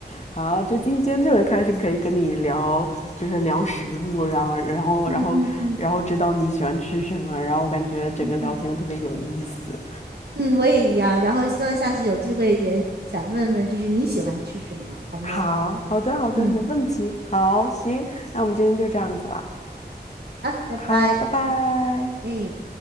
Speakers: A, on the left; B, on the right.
A: 好，就今天特别开心，可以跟你聊，就是聊食物，然后然后然后然后知道你喜欢吃什么，
B: 嗯嗯嗯
A: 然后我感觉整个聊天特别有意思。
B: 嗯嗯，嗯，我也一样。然后希望下次有机会也想问问，就是你喜欢吃什么，好吗？
A: 好好的好的，
B: 嗯。
A: 没问题。好，行，那我们今天就这样子了。
B: 拜拜，
A: 好，拜拜。
B: 哎。